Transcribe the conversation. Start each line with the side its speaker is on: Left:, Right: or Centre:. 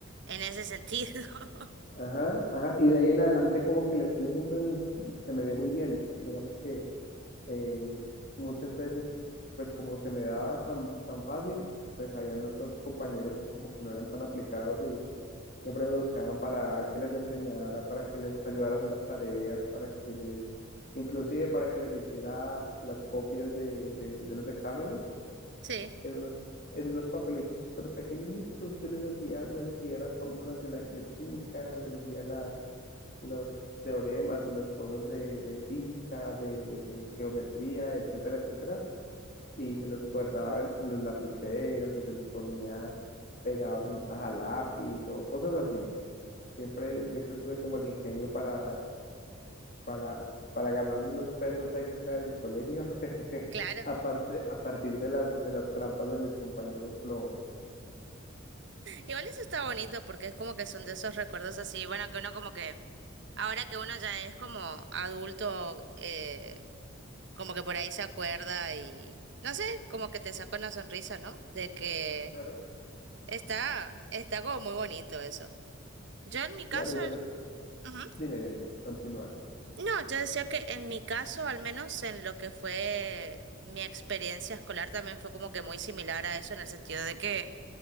Right: en ese sentido. <laughs>
Left: Ajá, ajá. Y de ahí en adelante como que el estudio siempre me- se me dio muy bien. Digamos que eh, muchas veces, pues como se me daba tan, tan fácil, pues habían otros compañeros como que no eran tan aplicados y siempre me buscaban para que les enseñara, para que les ayudara a hacer las tareas, para que les, inclusive para que les hiciera las copias de de- de los exámenes
Right: Sí,
Left: en unos, en unos papelitos súper pequeñitos, yo les hacía, les escribía las fórmulas de, la, de química, les hacía las, los teoremas o las cosas de, de física, de, de geometría, etcétera, etcétera, y se los guardaban en los lapiceros o se los ponía pegados en un lápiz o cosas así. Siempre, siempre tuve como el ingenio para, para, para ganarme unos pesos extra en el colegio, <laughs>
Right: claro.
Left: aparte, a partir de las, de las trampas de mis compañeros flojos.
Right: Igual eso está bonito porque es como que son de esos recuerdos así, bueno, que uno como que, ahora que uno ya es como adulto, eh, como que por ahí se acuerda y, no sé, como que te saca una sonrisa, ¿no? De que
Left: Claro.
Right: está, está como muy bonito eso. Yo en mi caso...
Left: Claro, y de las...
Right: ujú.
Left: Dime, dime, continúa.
Right: No, yo decía que en mi caso, al menos en lo que fue mi experiencia escolar, también fue como que muy similar a eso, en el sentido de que